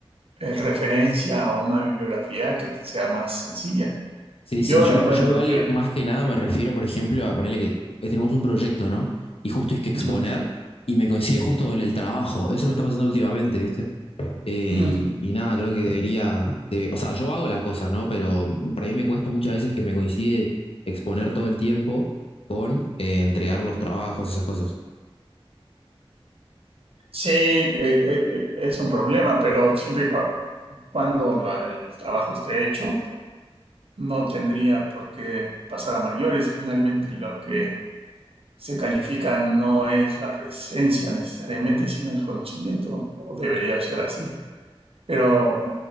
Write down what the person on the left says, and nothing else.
Sí,
sí, yo,
yo igual
más que nada me refiero, por ejemplo, a ponerle que eh, tenemos un proyecto, ¿no? Y justo hay que exponer
y me coincide justo con el trabajo. Eso me está pasando últimamente, ¿viste? Eh,
y, y nada, creo que debería, de- o sea, yo hago las cosas, ¿no? Pero para mí me cuesta muchas veces que me coincide exponer todo el tiempo con eh, entregar los trabajos, esas cosas.